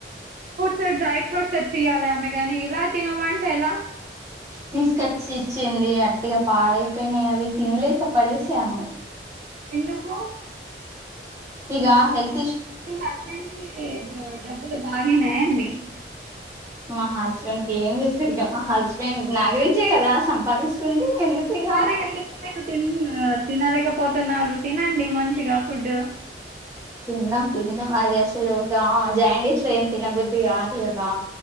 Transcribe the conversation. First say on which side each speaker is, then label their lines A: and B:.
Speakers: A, on the right; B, on the right.
A: ఫ్రూట్స్ డ్రై ఫ్రూట్స్ తెచ్చియ్యలే ఆమే దాన్ని ఇలా తినుమంటే ఎలా
B: తీసుకొచ్చి ఇచ్చింది అట్టిగా పాడైపోయినాయి అవి తినలేక పడేసాము
A: ఎందుకు
B: ఇగ హెల్
A: మీ హస్బెండ్ కి డబ్బులు బాగానయండి
B: మా హస్బెండ్ కి ఏం చేస్తారు ఇక మా హస్బెండ్ నా గురించే కదా సంపాదిస్తుంది ఎందుకు ఇక
A: మరి ఎందుకు మీరూ తిన్ తినలేక పో తన్నారు తినండి మంచిగా ఫుడ్
B: తిందాం తిందాం అది అసలు జా జాయిండీస్ లో ఏం తినబుద్ధి కాదు కదా